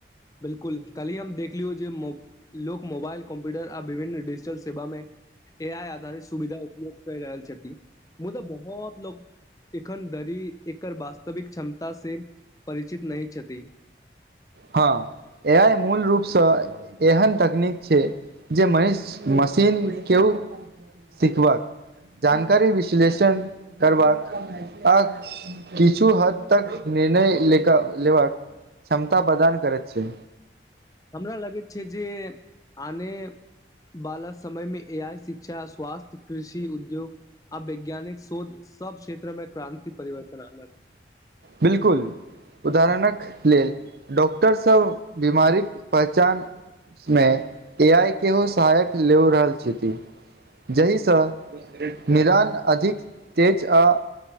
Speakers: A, on the left; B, on the right.
A: बिलकुल कली हम देखलियौ जे लोक मोबाइल कम्प्यूटर आ विभिन्न डिजिटल सेवा मे ए आ आधारित सुविधा उपयोग कर रहल ह तऽ बहुत लोक एखन धरी एकर वास्तविक क्षमतँ परिचित नहि छथि।
B: हँ ए आय मूल रूपसँ एहन तकनीक छै जे म मशीन के सिखबाक जानकारी विश्लेषण करबाक आ किछु हद तक निर्णय लेबाक क्षमता प्रदान करैत छै।
A: हमरा लगैत छै जे आने बालक समय मे ए आइ शिक्षा स्वास्थ कृषि उद्योग आब वैज्ञानिक शोध सब क्षेत्र में क्रानं्ति परिवर्तन आनलक।
B: बिल्कुल। उदाहरणक लेल डॉक्टरसभ बीमारीक पहचान उमे ए आई के सहायक ले रहल छथि। जाहिसँ निदान अधिक तेज आ